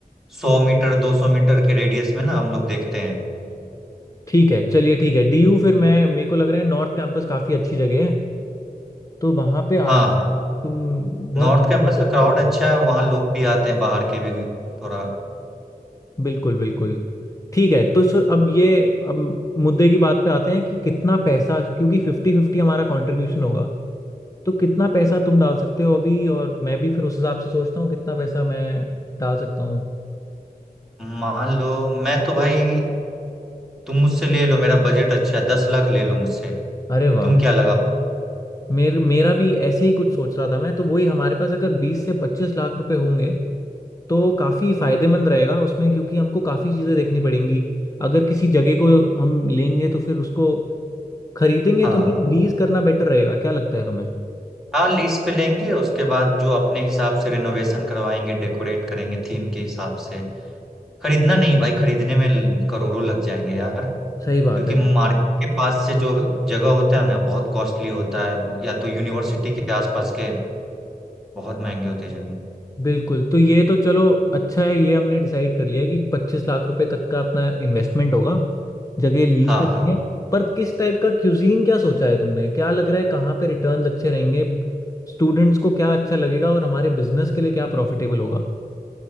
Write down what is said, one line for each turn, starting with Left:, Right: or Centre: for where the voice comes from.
Centre: सौ मीटर दो सौ मीटर के रेडियस में ना हम लोग देखते हैं
Left: ठीक है चलिए ठीक है डीयू फिर मैं मेरे को लग रहा है नॉर्थ कैंपस काफ़ी अच्छी जगह है तो वहाँ पे आस
Centre: हाँ हाँ
Left: तुम बहुत
Centre: नॉर्थ कैंपस
Left: बहुत
Centre: का
Left: अच्छा
Centre: क्राउड
Left: बोल
Centre: अच्छा है और वहाँ लोग भी आते हैं बाहर के भी थोड़ा
Left: बिल्कुल बिल्कुल ठीक है तो सो अब ये अब मुद्दे की बात पे आते हैं कि कितना पैसा क्योंकि फिफ्टी फिफ्टी हमारा कंट्रीब्यूशन होगा तो कितना पैसा तुम डाल सकते हो अभी और मैं भी फिर उस हिसाब से सोचता हूँ कितना पैसा मैं डाल सकता हूँ
Centre: मान लो मैं तो भाई तुम मुझसे ले लो मेरा बजट अच्छा है दस लाख ले लो मुझसे
Left: अरे वाह
Centre: तुम क्या लगा पाओ?
Left: मेर, मेरा भी ऐसे ही कुछ सोच रहा था मैं तो वही हमारे पास अगर बीस से पच्चीस लाख रुपए होंगे तो काफ़ी फायदेमंद रहेगा उसमें क्योंकि हमको काफ़ी चीज़ें देखनी पड़ेंगी अगर किसी जगह को हम लेंगे तो फिर उसको खरीदेंगे
Centre: हाँ
Left: तो नहीं लीज करना बेटर रहेगा क्या लगता है तुम्हें
Centre: हाँ लीज पे लेंगे उसके बाद जो अपने हिसाब से रिनोवेशन करवाएंगे डेकोरेट करेंगे थीम के हिसाब से खरीदना नहीं भाई खरीदने में करोड़ों लग जाएंगे यार
Left: सही बात
Centre: क्योंकि
Left: है
Centre: मार्केट के पास से जो जगह होता है ना बहुत कॉस्टली होता है या तो यूनिवर्सिटी के आसपास के बहुत महंगे होते हैं जमीन
Left: बिल्कुल तो ये तो चलो अच्छा है ये हमने डिसाइड कर लिया कि पच्चीस लाख रुपए तक का अपना इन्वेस्टमेंट होगा जगह लीज
Centre: हाँ
Left: पे देंगे
Centre: हाँ
Left: पर किस टाइप का क्यूजीन क्या सोचा है तुमने क्या लग रहा है कहाँ पे रिटर्न्स अच्छे रहेंगे स्टूडेंट्स को क्या अच्छा लगेगा और हमारे बिजनेस के लिए क्या प्रॉफिटेबल होगा